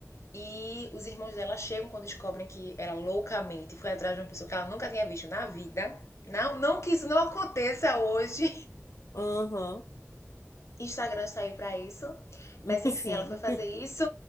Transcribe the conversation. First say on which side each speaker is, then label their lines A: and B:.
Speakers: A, on the left; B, on the left.
A: e os irmãos dela chegam quando descobrem que ela loucamente foi atrás de uma pessoa que ela nunca tinha visto na vida. Não, não que isso não aconteça hoje.
B: aham,
A: Instagram está aí para isso. Mas
B: <laughs>
A: enfim,
B: sim,
A: ela foi fazer isso.